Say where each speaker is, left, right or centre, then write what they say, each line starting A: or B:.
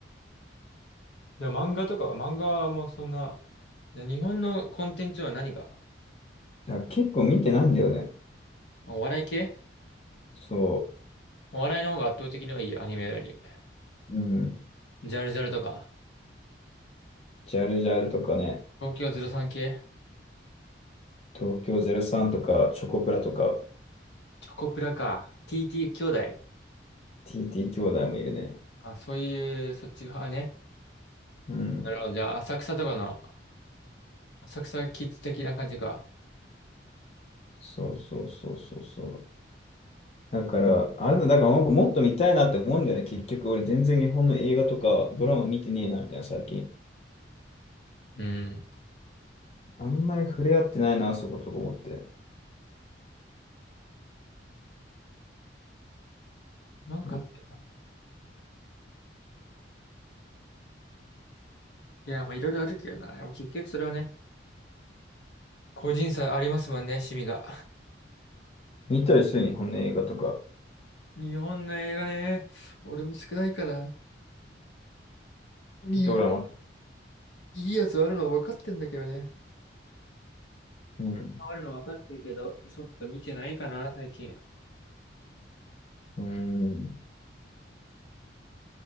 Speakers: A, on the left; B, on the left.
A: じゃあ漫画とか漫画もそんな、じゃあ日本のコンテンツは何が
B: いや、結構見てないんだよね。
A: お笑い系
B: そ
A: お笑いの方が圧倒的に多い、アニメより。
B: う。うん。
A: ジャルジャルとか。
B: ジャルジャルとかね。
A: 東京03系
B: 東京03とか、チョコプラとか、
A: チョコプラか。TT 兄弟。
B: TT 兄弟もいるね。
A: あ、そういう、そっち側ね。
B: うん。
A: なるほど。じゃあ、浅草とかの、浅草キッズ的な感じか。
B: そうそうそうそうそう。だから、あれだ、だからなんかもっと見たいなって思うんだよね。結局、俺全然日本の映画とかドラマ見てねえな、みたいな、最近。
A: うん。
B: あんまり触れ合ってないな、あそことか思って。
A: なんかあったな、
B: うん、
A: いや、まあ、いろいろあるけどな。でも結局それはね、個人差ありますもんね、趣味が。
B: 見たりする、日本の映画とか、
A: 日本の映画ね、俺も少ないから、日本、
B: ドラマとか。
A: いいね。
B: うん。
A: 変わるの分かってるけど、ちょっと見てないかな、最近。
B: うん。